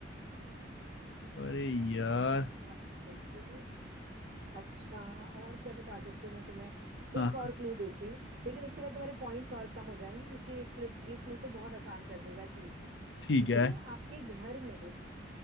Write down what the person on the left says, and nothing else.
अरे यार
हाँ
ठीक
है